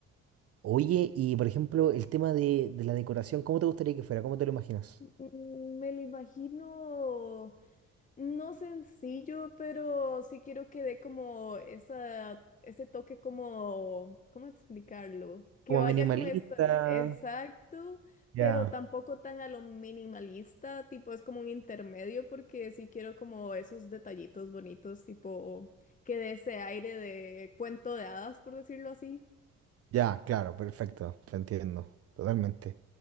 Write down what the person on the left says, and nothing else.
Mm, Me lo imagino no sencillo, pero sí quiero que dé como esa, ese toque como, ¿cómo explicarlo? Que
vaya
con esto, exacto,
pero tampoco tan a lo minimalista, tipo es como un intermedio, porque sí quiero como esos detallitos bonitos, tipo que dé ese aire de cuento de hadas, por decirlo así.